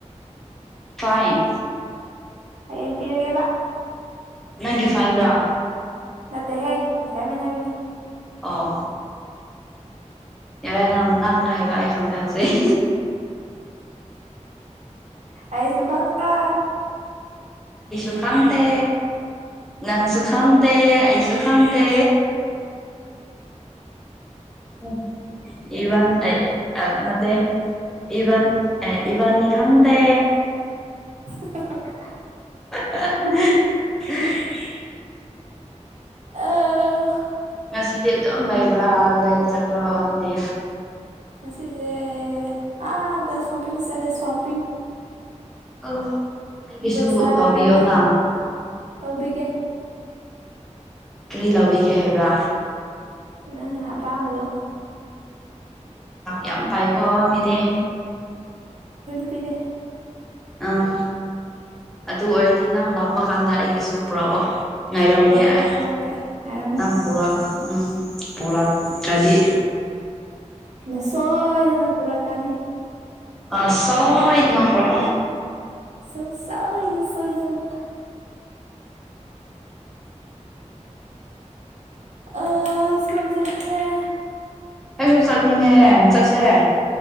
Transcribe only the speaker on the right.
ꯍꯌꯦꯡ ꯄꯤꯔꯒꯦꯕ
ꯅꯠꯇꯦ ꯍꯦ ꯑꯁꯁꯥꯟꯃꯦꯟꯠ ꯍꯥꯏꯕꯅꯦ
ꯑꯩꯁꯨ ꯈꯪ ꯇꯔ꯭ꯦ
<inaudible>
ꯑ
ꯉꯁꯤꯁꯦ ꯑꯗ ꯁꯣꯄꯤꯡ ꯆꯠꯂꯦ ꯁꯣꯄꯤꯡ
ꯕꯖꯥꯔꯗ
ꯇꯧꯕꯤꯒꯦ
ꯅꯪ ꯑꯄꯥꯝꯕꯗꯣ
ꯐꯔ
ꯄꯣꯔꯛꯀꯦ
ꯄꯣꯔꯛꯀꯦ ꯉꯥꯏꯔꯝꯃꯨ
ꯑꯩꯅꯥ ꯁꯣꯏꯗꯅ ꯄꯨꯔꯛ ꯀꯅꯤ
ꯁꯨꯡ ꯁꯣꯏ ꯁꯣꯏꯗꯅꯥ ꯑꯁ ꯀꯣꯏꯕꯥ ꯆꯠꯅꯤꯡꯉꯦ